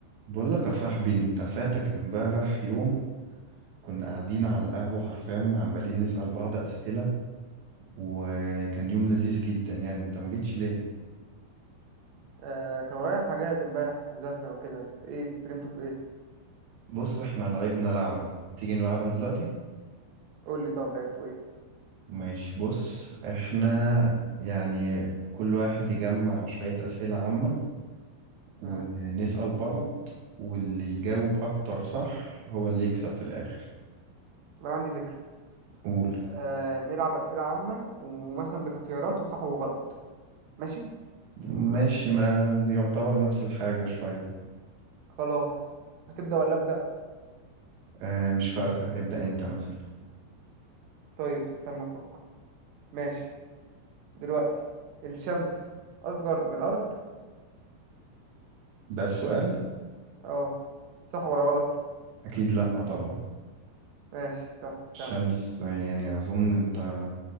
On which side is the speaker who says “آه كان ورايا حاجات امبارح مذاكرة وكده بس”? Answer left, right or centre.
Right